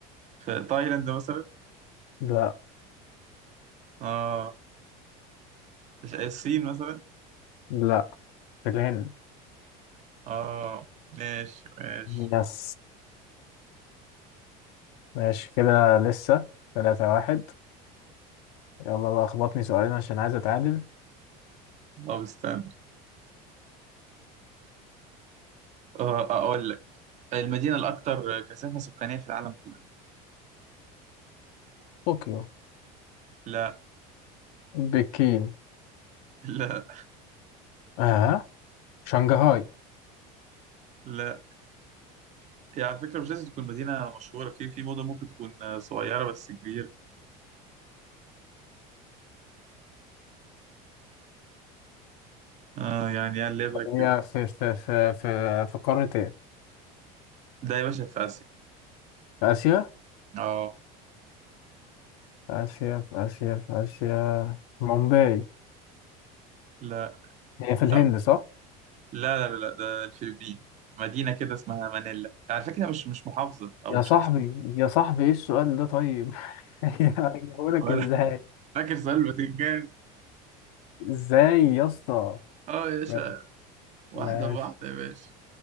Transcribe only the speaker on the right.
في تايلاند مثلا
اه مش آه، الصين مثلا
اه ماشي ماشي
طب استنى آه اقول لك المدينه الاكثر كثافه سكانيه في العالم كله
لا
لا
لا يعني على فكرة مش لازم تكون مدينة مشهورة في في موضة ممكن تكون آه، صغيرة بس كبيرة آه يعني قلبها كده
ده يا باشا في آسيا
اه
لا
لا
لا لا لا ده الفلبين مدينة كده اسمها مانيلا على فكرة مش مش محافظة أو
مش
عاصمة
ولا
<laughs> فاكر سؤال الفاتيكان
اه يا باشا
واحدة
بواحدة يا باشا